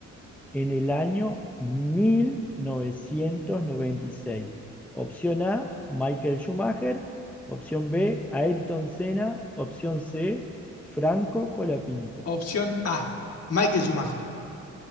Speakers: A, in the centre; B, on the left.
A: en el año 1996. Opción A, Michael Schumacher. Opción B, Ayrton Senna. Opción C, Franco Colapinto.
B: Opción A, Michael Schumacher.